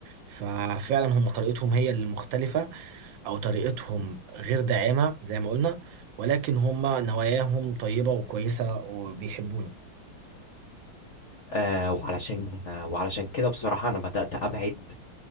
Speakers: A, on the right (about 75°); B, on the left (about 60°).
A: ففعلا هم طريقتهم هي اللي مختلفة او طريقتهم غير داعمة زي ما قلنا ولكن هم نواياهم طيبة وكويسة وبيحبونا
B: آه وعلشان آه وعلشان كده بصراحة أنا بدأت أبعد